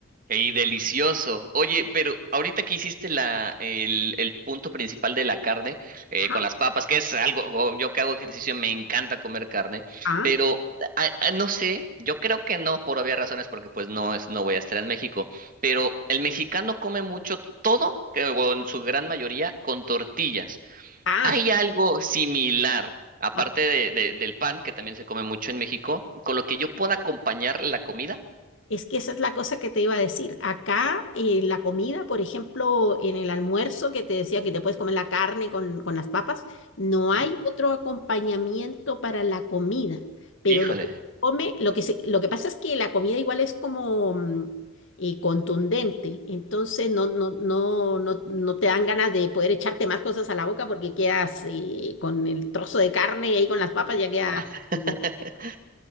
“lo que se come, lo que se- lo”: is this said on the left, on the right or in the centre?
Left